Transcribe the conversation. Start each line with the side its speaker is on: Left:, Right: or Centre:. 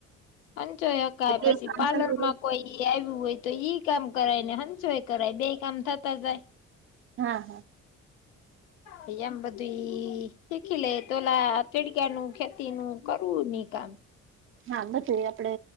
Left: અંચોકાય
Right: બે
Left: પછી
Right: કામ
Left: પાર્લર
Right: ચાલુ રહે
Left: માં કોઈ આવ્યું હોય તો ઈ કામ કરાય ને હંસય કરાય બે કામ થતા જાય.
Right: હા હા
Left: હ હ એમ બધું શીખી લે તોલા તીડકા નું ખેતી નું કરવું નઈ કામ
Right: હા બધું આપડે